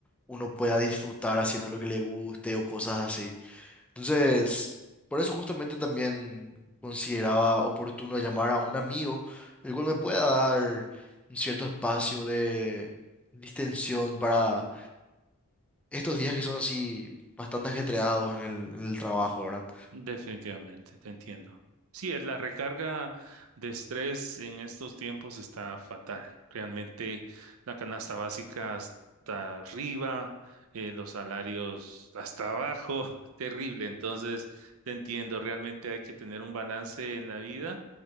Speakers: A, in the centre; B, on the right (about 70°).
A: uno pueda disfrutar haciendo lo que le guste o cosas así. Entonces, por eso justamente también consideraba oportuno llamar a un amigo, el cual me pueda dar un cierto espacio de distensión para estos días que son así bastante ajetreados en el, en el trabajo, ¿verdad?
B: definitivamente, te entiendo. Sí, es la recarga de estrés en estos tiempos está fatal. Realmente la canasta básica hasta arriba, eh, los salarios hasta abajo, <laughs> terrible. Entonces, te entiendo, realmente hay que tener un balance en la vida